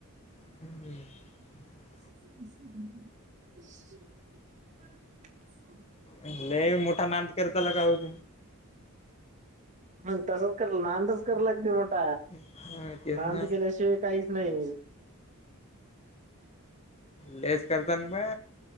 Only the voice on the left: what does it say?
ह
ह मुठा नान करतला का होच
तुम्ही तेच
ना
ललेस करत प